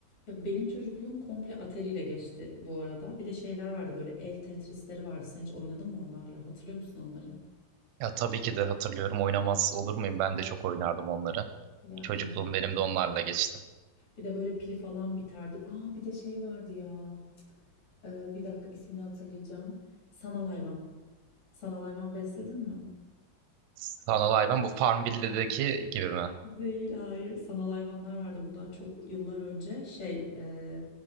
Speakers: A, on the left (about 35°); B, on the right (about 85°).
A: Ya benim çocukluğum komple Atari'yle geçti bu arada. Bir de şeyler vardı böyle el Tetris'leri vardı. Sen hiç oynadın mı onlarla? Hatırlıyor musun onları?
B: Ya tabii ki de hatırlıyorum. Oynamaz olur muyum? Ben de çok oynardım onları.
A: Ya
B: Çocukluğum
A: inanılmaz.
B: benim de onlarla geçti.
A: Bir de böyle pil falan biterdi. Aa bir de şey vardı ya. Ee, bir dakika ismini hatırlayacağım. Sanal hayvan. Sanal hayvan besledin mi?
B: Sanal hayvan bu Farmville'deki gibi mi?
A: Değil, hayır. Sanal hayvanlar vardı. Bunlar çok yıllar önce. Şey, e,